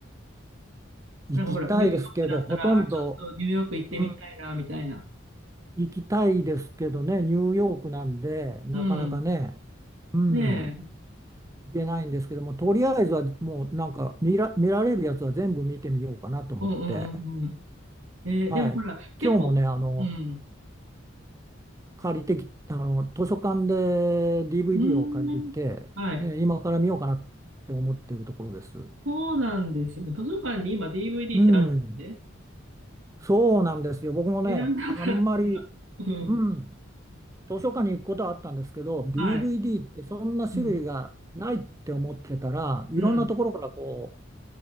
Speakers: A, on the right (about 15°); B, on the right (about 75°).
A: 行きたいですけど、
B: なんかほら、ニューヨークだったら、
A: ほとんど、
B: あ、ちょっとニューヨーク行ってみたいな、
A: う
B: みたいな。
A: 行きたいですけどね、ニューヨークなんで、なかなかね、
B: うん。
A: うん、
B: ねえ。
A: 行けないんですけども、とりあえずはもうなんか見ら、見られるやつは全部見てみようかなと思って、
B: うんうんうんうん。えーでもほら、
A: はい、
B: 結構、
A: 今日もね、あの、
B: うん。
A: 借りてき、あの、図書館で DVD
B: うーん。
A: を借りてきて、
B: はい。
A: えー今から見ようかなって思ってるところです。
B: そうなんですよね。図書館に今 DVD
A: うん、
B: ってあるんですね。
A: そうなんですよ。僕もね、
B: 知らなかった。
A: あんまり、
B: うん。
A: うん。図書館に行くことはあったんですけど、DVD
B: はい。
A: ってそんな種類がないって思ってたら、
B: うん。
A: いろんなところからこう
B: うん。